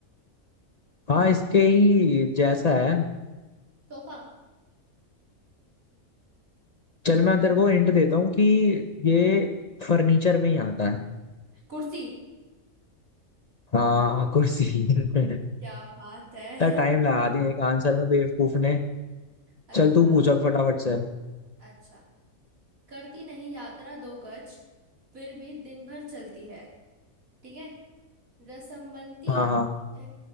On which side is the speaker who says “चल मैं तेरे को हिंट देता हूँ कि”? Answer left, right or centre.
Left